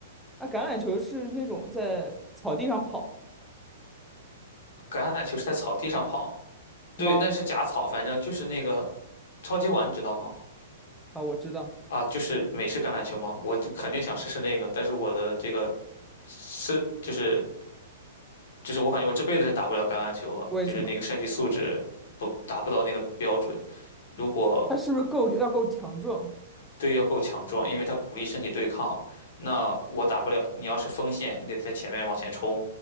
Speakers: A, in the centre; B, on the left (about 70°).
A: 啊，橄榄球是那种在草地上跑
B: 橄榄球是在草地上跑。
A: 吗？
B: 对，那是假草，反正就是那个超级碗，你知道吗？
A: 啊，我知道，
B: 啊，就是美式橄榄球吗？我就肯定想试试那个，但是我的这个身就是就是我感觉我这辈子是打不了橄榄球了，
A: 为什么？
B: 就是那个身体素质不达不到那个标准。如果
A: 它是不是够要够强壮？
B: 队要够强壮，因为他鼓励身体对抗，那我打不了。你要是锋线，你得在前面往前冲，